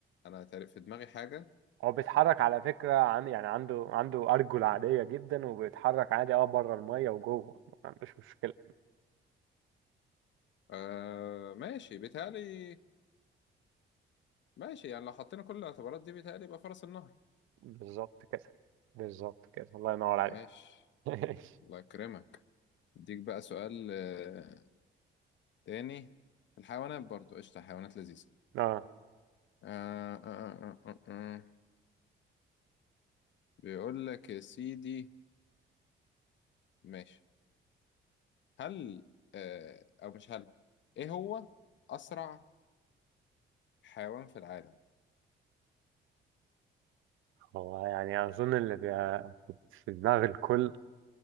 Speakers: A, on the left (about 65°); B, on the right (about 85°).
A: انا تقريبا في دماغي حاجه
B: هو بيتحرك على فكره عن يعني عنده عنده ارجل عاديه جدا وبيتحرك عادي اه بره الميه وجوه ما عندوش مشكله
A: آه ماشي بيتهيألي ماشي يعني لو حطينا كل الاعتبارات دي بيتهيألي يبقى فرس النهر
B: بالظبط كده بالظبط كده الله ينور عليك
A: ماشي
B: <laughs>
A: الله يكرمك اديك بقى سؤال آه، تاني الحيوانات برضو قشطة حيوانات لذيذة
B: اه
A: آه آه آه آه آه. آه. بيقول لك يا سيدي ماشي هل آه أو مش هل إيه هو أسرع حيوان في العالم
B: هو يعني اظن اللي بيبقى في دماغ الكل